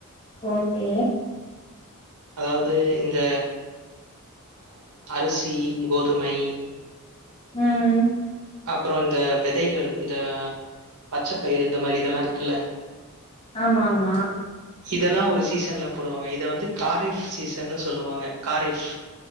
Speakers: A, on the left; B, on the right.
A: ஓகே
B: அதாவது இந்த அ அரிசி கோதுமை
A: உம்
B: அப்றோ அந்த விதைகள் இந்த பச்சப்பயிர் இந்த மாரி இதெல்லா இருக்குல
A: ஆமாமா
B: இதெல்லா ஒரு சீசன்ல போடுவாங்க இத வந்து காரிஃப் சீசன்னு சொல்லுவாங்க காரிஃப்